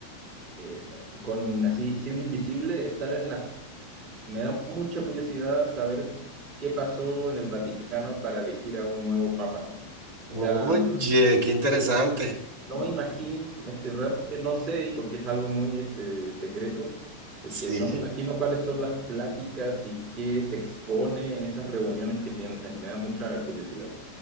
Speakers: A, on the right (about 35°); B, on the right (about 55°).
A: eh, con así siendo invisible, estar en las Me da mucha curiosidad saber qué pasó en el Vaticano para elegir a un nuevo papa. O
B: Oye,
A: sea, no
B: qué interesante.
A: me no me imagino, este, realmente no sé, y porque es algo muy este, secreto, este,
B: Sí.
A: no me imagino cuáles son las pláticas y qué se expone en esas reuniones que tienen. Me da mucha curiosidad.